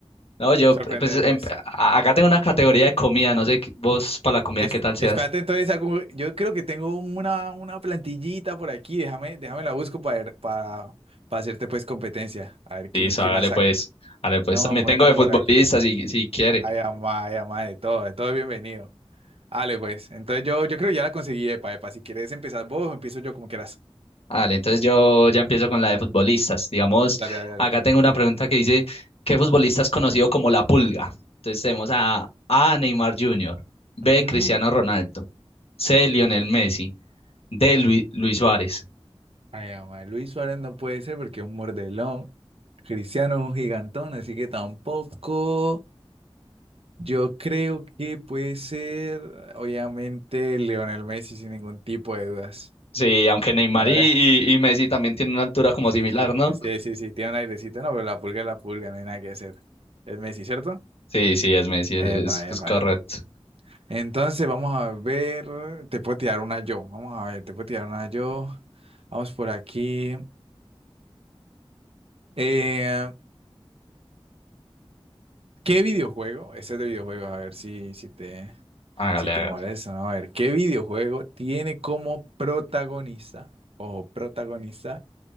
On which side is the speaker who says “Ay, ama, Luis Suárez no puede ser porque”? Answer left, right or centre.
Right